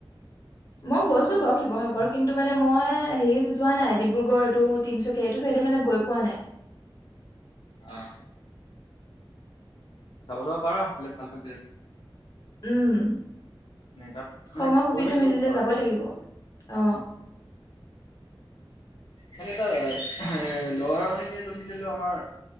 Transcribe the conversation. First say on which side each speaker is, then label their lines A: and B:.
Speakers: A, on the left (about 40°); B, on the left (about 65°).
A: মই গৈছো বাৰু
B: পুখুৰী
A: শিৱসাগৰ কিন্তু মানে মই হেৰি যোৱা নাই ডিব্ৰুগড় এইটো তিনিচুকীয়া এইটো চাইডে মানে গৈ পোৱা নাই
B: অ চাব যাব পাৰা হলে ভাল ভাল আ
A: উম
B: তাত মানে
A: সময় সুবিধা
B: পৰিৱেশটো
A: মিলিলে
B: অলপ ভাল
A: যাবই
B: আছে
A: লাগিব অ
B: মানে টা এ লৱাৰ মানে কি যোন ধৰি লও আমাৰ